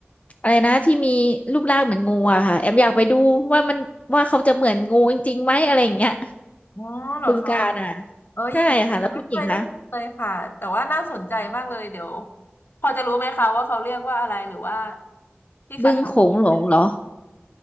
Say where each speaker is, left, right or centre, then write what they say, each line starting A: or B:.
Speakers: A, on the left; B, on the left.
A: อะไรนะที่มีรูปร่างเหมือนงูอะค่ะแอมอยากไปดูว่ามันว่าเขาจะเหมือนงูจริงๆไหมอะไรอย่างเงี้ย
B: อ๋อเหรอคะ
A: บึงกาฬอ่ะ
B: เอออย่างนี้ยังไม่เคยได้ยินเลยค่ะแต่ว่าน่าสนใจมากเลยเดี๋ยว
A: ใช่ค่ะแล้วคุณหญิงคะ
B: พอจะรู้ไหมคะว่าเขาเรียกว่าอะไรหรือว่าที่คล้ายๆกันไห
A: บึงโขงหลงเหรอ